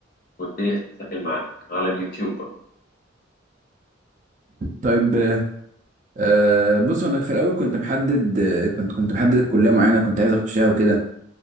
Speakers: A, on the left; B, on the right.
A: والدنيا هتتسهل معاك على اليوتيوب برضه.
B: طيب آه بص انا في الاول كنت محدد كنت كنت محدد كليه معينه كنت عايز اخشها وكده